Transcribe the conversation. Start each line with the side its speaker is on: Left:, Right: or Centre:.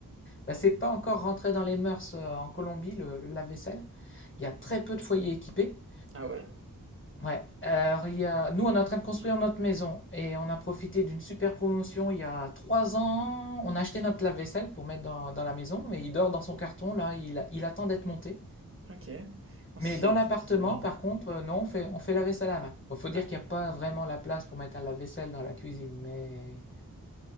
Left: Bah, c'est pas encore rentré dans les mœurs euh, en Colombie, le, le lave-vaisselle. Il y a très peu de foyers équipés.
Right: Ah ouais?
Left: Ouais, alors il y a... nous on est en train de construire notre maison et on a profité d'une super promotion il y a trois ans. On a acheté notre lave-vaisselle pour mettre dans, dans la maison mais il dort dans son carton là, il, il attend d'être monté.
Right: Ok. <laughs> Ah,
Left: Mais
Right: C'est,
Left: dans l'appartement,
Right: c'est, c'est marrant.
Left: par contre, euh, non, on fait, on fait la vaisselle à la main. Bon, faut dire
Right: Ah,
Left: qu'il n'y a pas vraiment la place pour mettre un lave-vaisselle dans la cuisine, mais,